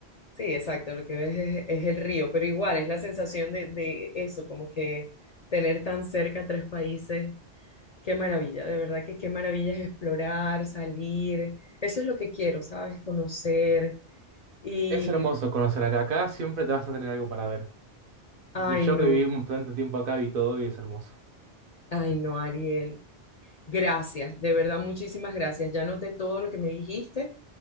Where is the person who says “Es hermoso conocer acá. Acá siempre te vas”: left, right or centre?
Right